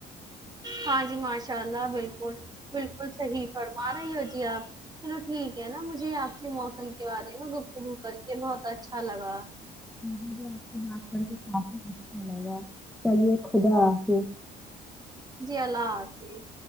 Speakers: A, on the right (about 25°); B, in the centre.
A: ہاں جی ماشاء اللہ بالکل بالکل صحیح فرما رہی ہو جی آپ چلو ٹھیک ہے نا مجھے آپ سے موسم کے بارے میں گفتگو کر کے بہت اچھا لگا
B: مجھے بھی آپ سے بات کر کے کافی اچھا لگا چلیے خدا حافظ
A: جی اللہ حافظ